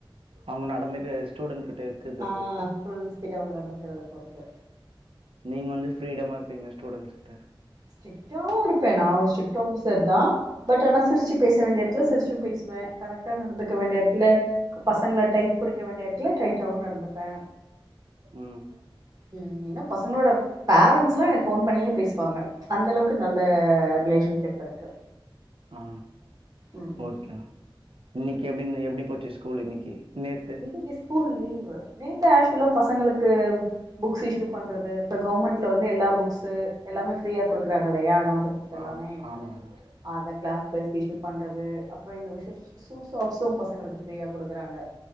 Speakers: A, on the right; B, on the right.
A: அவங்க நடந்துட்டு ஸ்டூடெண்ட் கிட்ட இருக்குது
B: ஆ
A: பொறுத்து
B: ஸ்டூடெஸ் கிட்ட அவங்க நடந்துக்குறத பொறுத்து
A: நீங்க வந்து ஃப்ரீட மா இருப்பீங்களா ஸ்டூடண்ட்ஸ் கிட்ட
B: ஸ்ட்ரிக்ட்டாவு இருப்பே நா ஒரு ஸ்ட்ரிக் ஆஃபீஸர்தா பட் ஆனா சிரிச்சு பேச வேண்டிய எடத்துல சிரிச்சும் பேசுவே கரெக்டா நடந்துக்க வேண்டிய எடத்துல பசங்கள டைட் புடிக்க வேண்டிய எடத்துல டைட்டாவு நடந்துப்பே
A: ம்
B: ம், என்ன பசங்களோட பேரன்ட்ஸ் எல்லா எனக்கு ஃபோன் பண்ணியே பேசுவாங்க அந்த அளவுக்கு நல்ல ரிலேஷன்ஷிப் இருக்கு
A: ஆ
B: ம்
A: ஓகே இன்னைக்கி எப்டி எப்டி போச்சு ஸ்கூல் இன்னைக்கி நேத்து
B: இன்னைக்கி ஸ்கூல் லீவு, நேத்து ஆக்ஸ்சுல பசங்களுக்கு புக்ஸ் இஷ்யூ பண்றது இப்ப கவுன்மெண்ட்ல வந்து எல்லா புக்ஸ் எல்லாமே ஃப்ரியா குடுக்குறாங்க இல்லயா நோட்டு புக் இது எல்லாமே
A: ஆ ஆமா ஆமா
B: அத கிளாஸ் வைஸ் இஷ்யு பண்றது அப்றோ இந்த வருஷம் ஷூ சாக்ஸ் பசங்களுக்கு ஃப்ரீயா குடுக்குறாங்க